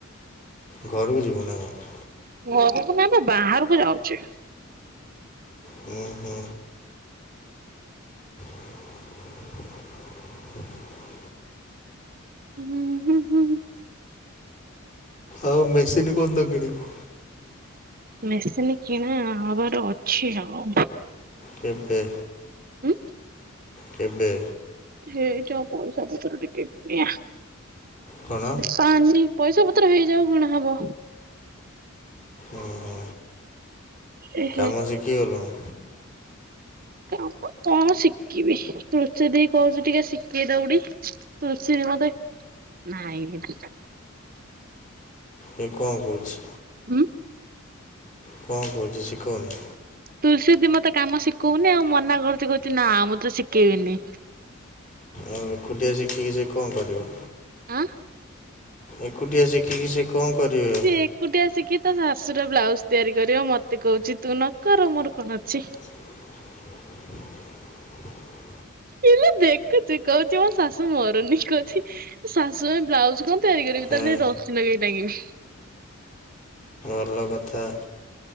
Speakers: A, on the left; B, on the right.
A: ଘରକୁ ଯିବୁ ନା କଣ?
B: ଘରକୁ ନା ବା, ବାହାରକୁ ଯାଉଛି।
A: ହୁଁ ହୁଁ। ହ
B: ହୁଁ ହୁଁ ହୁଁ।
A: ଆଉ ମେସିନ୍ କଣ ତା କିଣିବୁ?
B: ମେସିନି କିଣା ହବାର ଅଛି ଆଉ।
A: କେବେ?
B: ହୁଁ
A: କେବେ?
B: ହେଇଯାଉ ପଇସା ପତର ଟିକେ କିଣିଆ।
A: କଣ
B: ପାନି ପଇସା ପତର ହେଇଯାଉ କିଣା ହବ।
A: ଓହୋ।
B: ଏହେ
A: କାମ ଶିଖିଗଲୁଣୁ?
B: କାମ କଣ ଶିକିବି, ରୁଚି ଦେଇକି କହୁଛି ଟିକେ ଶିକେଇ ଦବୁଟି। ରୁଚି ଦେଇ ମତେ, ନାଇଁ
A: କାଇଁ କଅଁ କହୁଛି?
B: ହୁଁ।
A: କଣ କରୁଛି ଶିଖଉନି?
B: ତୁଳସୀଦି ମତେ କାମ ଶିକୋଉନି ଆଉ ମନା କରୁଛି କହୁଛି ନା ମୁଁ ତ ଶିକେଇବିନି।
A: ଆଉ ଏକୁଟିଆ ଶିଖିକି ସେ କଣ କରିବ?
B: ଆଁ!
A: ଏକୁଟିଆ ଶିଖିକି ସେ କଣ କରିବେ?
B: ସିଏ ଏକୁଟିଆ ଶିକିକି ତା ଶାଶୁର ବ୍ଲାଉଜ ତିଆରି କରିବ ମତେ କହୁଛି ତୁ ନ କର ମୋର କଣ ଅଛି?
A: ହ
B: ଇଲୋ ଦେଖୁଛି କହୁଛି ମୋ ଶାଶୁ ମରୁନି କହୁଛି ଶାଶୁ ପାଇଁ ବ୍ଲାଉଜ କଣ ତିଆରି କରିବି
A: ହଁ
B: ତାର ସେଇ ରଶି ନଗେଇକି ଟାଙ୍ଗିବି।
A: ଭଲ କଥା।